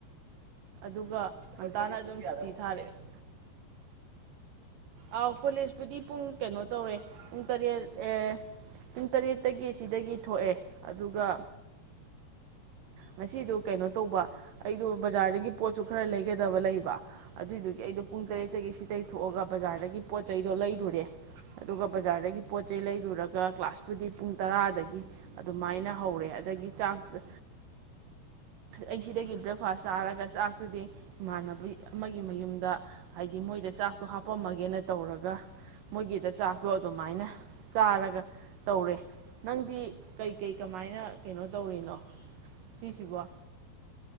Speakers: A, on the right; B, on the right.
A: ꯑꯗꯨꯒ
B: ꯍꯧꯒꯠꯄꯗꯤ
A: ꯉꯟꯇꯥꯅ
B: ꯄꯨꯡ
A: ꯑꯗꯨꯝ
B: ꯀꯌꯥꯗ
A: ꯁꯨꯇꯤ
B: ꯍꯧꯒꯠꯀꯦ
A: ꯊꯥꯔꯛꯑꯦ ꯑꯥꯎ ꯀꯣꯂꯦꯖꯄꯨꯗꯤ ꯄꯨꯡ ꯀꯩꯅꯣ ꯇꯧꯔꯦ ꯄꯨꯡ ꯇꯔꯦꯠ ꯑꯦ ꯄꯨꯡ ꯇꯔꯦꯠꯇꯒꯤ ꯁꯤꯗꯒꯤ ꯊꯣꯛꯑꯦ ꯑꯗꯨꯒ ꯉꯁꯤꯗꯣ ꯀꯩꯅꯣ ꯇꯧꯕ ꯑꯩꯗꯣ ꯕꯖꯥꯔꯗꯒꯤ ꯄꯣꯠꯁꯨ ꯈꯔ ꯂꯩꯒꯗꯕ ꯂꯩꯕ ꯑꯗꯨꯏꯗꯨꯒꯤ ꯑꯩꯗꯣ ꯄꯨꯡ ꯇꯔꯦꯠꯇꯒꯤ ꯁꯤꯗꯒꯤ ꯊꯣꯛꯑꯒ ꯕꯖꯥꯔꯗꯒꯤ ꯄꯣꯠ ꯆꯩꯗꯣ ꯂꯩꯔꯨꯔꯦ ꯑꯗꯨꯒ ꯕꯖꯥꯔꯗꯒꯤ ꯄꯣꯠ ꯆꯩꯩ ꯂꯩꯔꯨꯔꯒ ꯀ꯭ꯂꯥꯁꯄꯨꯗꯤ ꯄꯨꯡ ꯇꯔꯥꯗꯒꯤ ꯑꯗꯨꯃꯥꯏꯅ ꯍꯧꯔꯦ ꯑꯗꯒꯤ ꯆꯥꯛꯇ ꯑꯩ ꯁꯤꯗꯒꯤ ꯕ꯭ꯔꯦꯛꯐꯥꯁ ꯆꯥꯔꯒ ꯆꯥꯛꯇꯨꯗꯤ ꯏꯃꯥꯟꯅꯕꯤ ꯑꯃꯒꯤ ꯃꯌꯨꯝꯗ ꯍꯥꯏꯗꯤ ꯃꯣꯏꯗ ꯆꯥꯛꯇꯣ ꯍꯥꯞ ꯄꯝꯃꯒꯦꯅ ꯇꯧꯔꯒ ꯃꯣꯏꯒꯤꯗ ꯆꯥꯛꯇꯣ ꯑꯗꯨꯃꯥꯏꯅ ꯆꯥꯔꯒ ꯇꯧꯔꯦ ꯅꯪꯗꯤ ꯀꯩꯀꯩ ꯀꯃꯥꯏꯅ ꯀꯩꯅꯣ ꯇꯧꯔꯤꯅꯣ ꯁꯤꯁꯤꯕ‌ꯣ